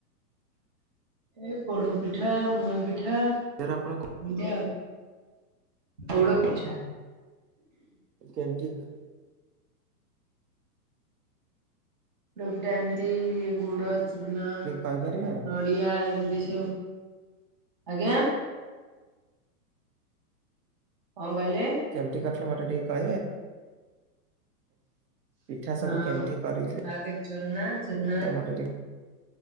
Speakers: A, on the right (about 30°); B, on the right (about 85°).
A: ଏ ପୋଡପିଠା ମୁଆପିଠା।
B: ଏଟା ଆପଣ ଙ୍କୁ
A: ନ୍ତି ଆଉ ପୋଡପିଠା
B: କେମିତି?
A: ଗୁଟା ଗୁଟେଏ ଏମିତି ଗୁଡ ଚୁନ ନ
B: କହିପାରିବେ
A: ଡିଆ ଏମତି ସବୁ ଆଜ୍ଞା। କଣ କହିଲେ?
B: କେମତି କରିଥିଲେ ମୋତେ ଟିକେ କହିବେ? ପିଠା
A: ହଁ
B: ସବୁ କେମିତି କରିଥି
A: ଆଗେ ଚୁନା ଚୁନା
B: ଏ ମନ?